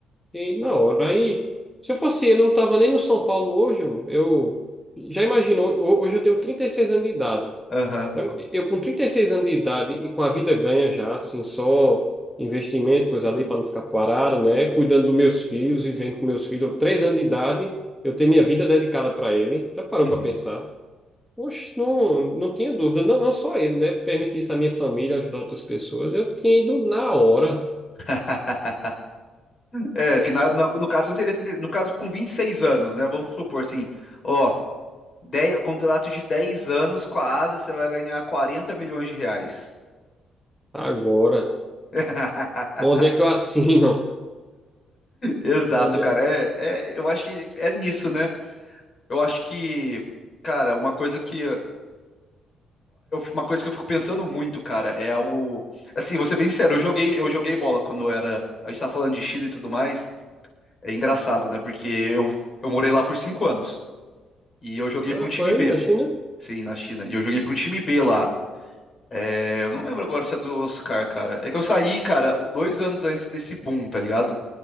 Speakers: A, in the centre; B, on the left.
A: E na hora. Aí, se eu fosse ele, eu não tava nem no São Paulo hoje. Eu já imaginou, ho- hoje eu tenho 36 anos de idade.
B: Aham.
A: Né? Eu com 36 anos de idade e com a vida ganha já, assim, só investimento, coisa ali para não ficar parado, né? Cuidando dos meus filhos, vivendo com meus filhos. Três anos de idade, eu tenho minha vida dedicada para ele. Já parou
B: Uhum.
A: para pensar? Oxe, não, não tinha dúvida. Não, não só ele, né? Permitir isso à minha família, ajudar outras pessoas. Eu tinha ido na hora,
B: <laughs> É, que na- na- no caso eu não teria 30 no caso com 26 anos, né? Vamos supor assim, ó, 10 contrato de 10 anos com a Ásia, você vai ganhar 40 milhões de reais.
A: agora.
B: <laughs>
A: Onde é que eu assino?
B: Exato,
A: <laughs> Onde
B: cara.
A: é?
B: É, é, eu acho que é nisso, né? Eu acho que, cara, uma coisa que eu, uma coisa que eu fico pensando muito, cara, é o, assim, vou ser bem sincero, eu joguei, eu joguei bola quando eu era, a gente tá falando de China e tudo mais. É engraçado, né? Porque eu, eu morei lá por cinco anos e eu joguei
A: Ah,
B: pra um time
A: Foi
B: B,
A: na China?
B: sim, na China. E eu joguei pra um time B lá. É, eu não lembro agora se é do Oscar, cara. É que eu saí, cara, dois anos antes desse boom, tá ligado?